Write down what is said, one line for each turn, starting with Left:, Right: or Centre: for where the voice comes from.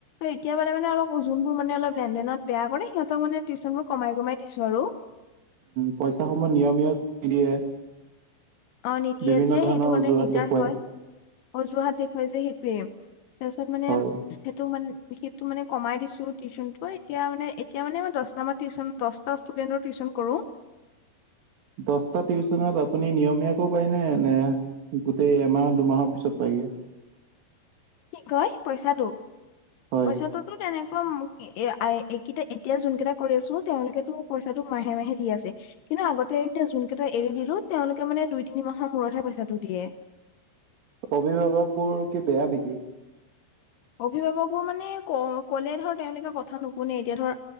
Left: এতিয়া মানে অলপ যোনবোৰ মানে অলপ লেনদেনত বেয়া কৰে, সিহঁতক মানে টিউচন বোৰ কমাই কমাই দিছো আৰু।
Right: পইচাসমূহ
Left: অ
Right: নিয়মীয় নিদিয়ে।
Left: অঁ নিদিয়ে
Right: বিভিন্ন
Left: যে
Right: ধৰণৰ
Left: সেইটো কাৰণে
Right: অজুহাত
Left: দিগদাৰ
Right: দেখুৱায়
Left: হয়, অজুহাত দেখুৱাই যে সেইটোৱে। তাৰপিছত মানে
Right: হয়
Left: সেইটো মানে সেইটো মানে কমাই দিছো, টিউশচনটো এতিয়া মানে এতিয়া মানে দশটা‌ মান টিউচন দশ ষ্টুেণ্টৰ টিউচন কৰো।
Right: দশটা টিউচনত আপুনি নিয়মীয়াকো কৰায় নে, নে গোটেই এমাহ দুমাহৰ পিছত পাইগে।
Left: কি কয় পইচাটো
Right: হয়
Left: পইচাটোতো তেনেকুৱা এ এইকেইটা এতিয়া যোন কেইটা কৰি আছো তেওঁলোকেতো পইচাটো মাহে মাহে দি আছে। কিন্তু আগতে এ যোন কেইটা এৰি দিলো তেওঁলোকে মানে দুই তিনি মাহৰ মূৰতহে পইচাটো দিয়ে।
Right: অভিভাৱক বোৰ কি বেয়া নেকি?
Left: অভিভাৱকো মানে ক কলে ধৰ তেওঁলোকে কথা নুশুনে। এতিয়া ধৰ